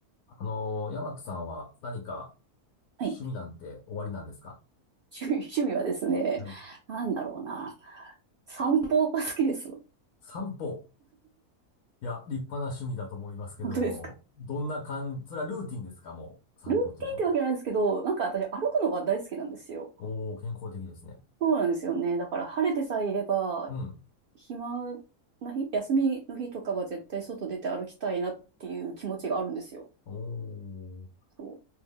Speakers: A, on the left (about 80°); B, on the right (about 60°).
A: あのー、山木さんは何か
B: はい。
A: 趣味なんておありなんですか
B: 趣味、<laughs> 趣味はですね、
A: はい。
B: なんだろうな。散歩が好きです。
A: 散歩。いや、立派な趣味だと思いますけども、
B: 本当ですか。
A: どんな感じ、それはルーティンですかもう、散歩っていうのが。
B: ルーティンってわけじゃないんですけど、なんか私歩くのが大好きなんですよ。
A: おー、健康的ですね。
B: そうなんですよね。だから晴れてさえいれば、
A: うん。
B: 暇な日、休みの日とかは絶対外出て歩きたいなっていう気持ちがあるんですよ。
A: おー。
B: そう。